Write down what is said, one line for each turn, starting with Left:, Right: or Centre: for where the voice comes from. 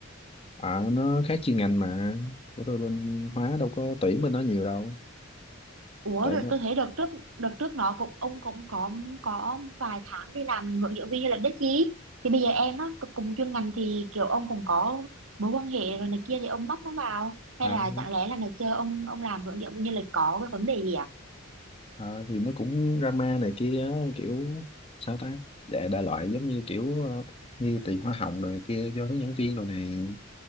Left: à nó khác chuyên ngành mà của tôi bên hóa đâu có tuyển bên đó nhiều đâu
Right: Ủa
Left: tại
Right: rồi
Left: nó
Right: tôi thấy đợt trước đợt trước nó cũng ông cũng có có vài tháng đi làm hướng dẫn viên du lịch đấy chứ thì bây giờ em nó c- cùng chuyên ngành thì kiểu ông cũng có mối quan hệ rồi này kia thì ông bắt nó vào hay
Left: à,
Right: là chẳng lẽ là ngày xưa ông ông làm hướng dẫn viên du lịch có cái vấn đề gì à
Left: à thì nó cũng drama này kia á, kiểu sao ta đại, đại loại giống như kiểu ờ, như tiền hoa hồng rồi này kia cho hướng dẫn viên rồi này